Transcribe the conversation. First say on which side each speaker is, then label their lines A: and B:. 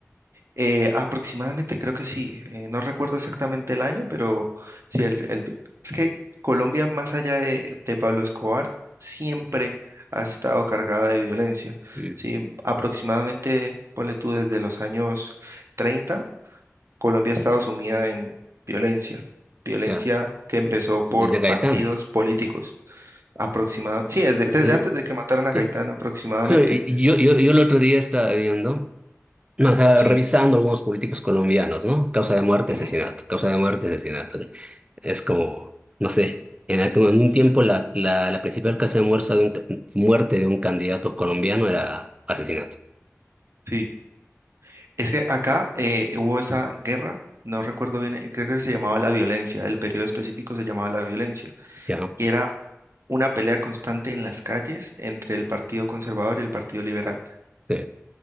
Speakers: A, on the right (about 65°); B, on the right (about 25°).
A: Eh, aproximadamente, creo que sí. Eh, no recuerdo exactamente el año, pero sí, el, el vi- es que Colombia, más allá de, de Pablo Escobar, siempre ha estado cargada de violencia.
B: Mm,
A: Sí, aproximadamente, ponle tú, desde los años 30 Colombia ha estado sumida en violencia. Violencia
B: Claro,
A: que empezó por
B: desde Gaitán.
A: partidos políticos. Aproximadamente, sí, desde, desde
B: Eh,
A: antes de que mataran a
B: que-
A: Gaitán, aproximadamente.
B: que- Yo, yo, yo el otro día estaba viendo. No, o sea,
A: Sí.
B: revisando algunos políticos colombianos, ¿no? Causa de muerte,
A: ujú,
B: asesinato, causa de muerte, asesinato. Es como, no sé, en, aqu- en un tiempo la, la, la principal causa de muerte de un, ca- muerte de un candidato colombiano era asesinato,
A: Sí. Es que acá eh, hubo esa guerra, no recuerdo bien, eh, creo que se llamaba la violencia, el periodo específico se llamaba la violencia,
B: ¿ya no?
A: y era una pelea constante en las calles entre el Partido Conservador y el Partido Liberal,
B: Sí,